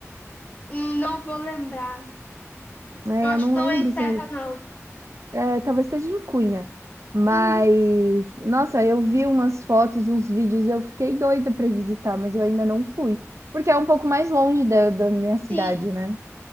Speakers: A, on the left (about 30°); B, on the right (about 65°).
A: Hum, não vou lembrar.
B: É,
A: Eu acho
B: eu não
A: que não
B: lembro
A: é em
B: se
A: Serra,
B: é
A: não.
B: É, talvez seja em Cunha. Mas,
A: Uhum,
B: nossa, eu vi umas fotos, uns vídeos, eu fiquei doida para visitar, mas eu ainda não fui. Porque é um pouco mais longe da, da minha cidade,
A: sim.
B: né?